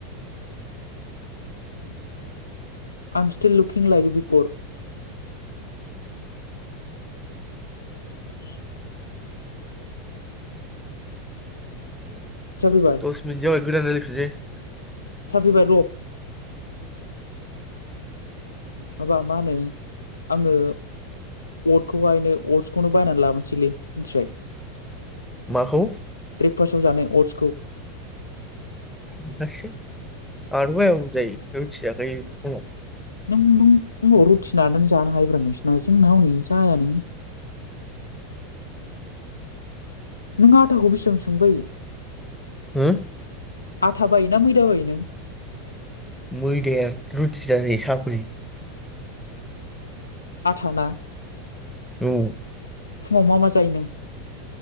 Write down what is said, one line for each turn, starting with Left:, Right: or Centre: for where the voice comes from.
Left: आम <unintelligible> लुकिं लइक बिपर <unintelligible>
Centre: <inaudible>
Left: साफैबाय
Centre: दस मिनिट जाबाय गोदान रायलाय <unintelligible>
Left: साफ्रिबाय र' माबा मा होनो आङो अटखौहायनो‌ अटस <unintelligible> बायनानै लाबोसैलै मिथिबाय
Centre: माखौ
Left: ब्रेकफास्टाव जानाय अटसखौ
Centre: <unintelligible> जायो रुथि जाखायो फुंआव
Left: नों नों फुङाव रुटि नानानै जानो हायोब्रा नोंस जोंना हनै जायानो नों आटाखौ बेसे <unintelligible>
Centre: हो
Left: आथा बायोना मैदा बायो नों?
Centre: मैदाया रुथि जाजायो साफ्रि
Left: आटाना
Centre: औ
Left: फुङाव मा मा जायो नों?